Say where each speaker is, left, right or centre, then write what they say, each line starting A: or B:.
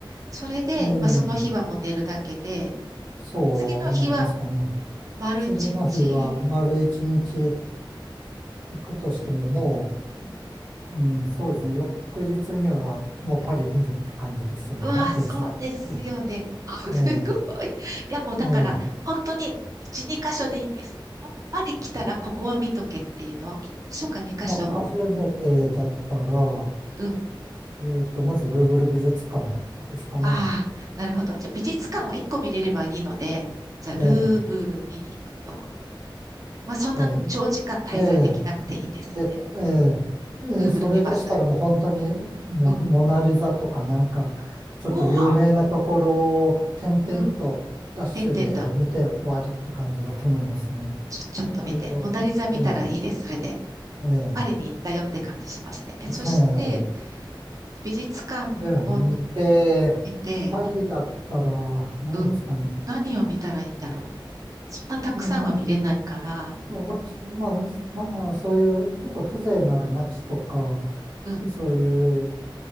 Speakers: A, on the right; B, on the right.
A: それで、
B: ええ、
A: まあ、その日はもう寝るだけで、
B: そうなりますかね。
A: 次の日は丸一日、
B: 次の日は丸一日行くとしてもも
A: う
B: う、うん、そうですね。翌日にはもうパリ出るって感じですよね。
A: ん、うわー、
B: なんてず、
A: そうですよね。
B: <laughs>
A: <laughs>
B: ええ、
A: すごい。いや、もうだから、
B: ええ。
A: 本当に1、2箇所でいいんです。やっぱり来たらここは見とけっていうのを、1箇所か2箇所、
B: まあ、初めてだったら、
A: うん。
B: えっと、まずルーブル美術館ですかね。
A: ああ、なるほど。じゃあ、美術館は1個見れればいいので、じゃあ、
B: ええ、
A: ルーブルに行くと。まあ、そんな長時間滞在できなくていいんです、
B: はい。ええ、で、
A: いいんです。
B: ええ、ええそれでしたらもう本当にモ、
A: ルーブル見ます。うん。
B: モナリザとかなんか、ちょっと有名なところを点々とダッシュで見て終わりって感じだと思いますね。
A: おお、うん。てんてんと、ちょ、ちょっと見て。
B: あの、
A: モナリザ見たらいいです、
B: ええ、
A: それで。
B: ええ、
A: パリに行ったよって感じしますね。え、そして、
B: ええ
A: 美術館を
B: で、見て、
A: 見て、
B: パリだったら、何ですかね。
A: うん、何を見たらいいんだろう。そんなたくさんは見れないから、
B: うーん。まあ、もち、まあ、まあ、そういうちょっと風情のある街とか、
A: うん、
B: そういう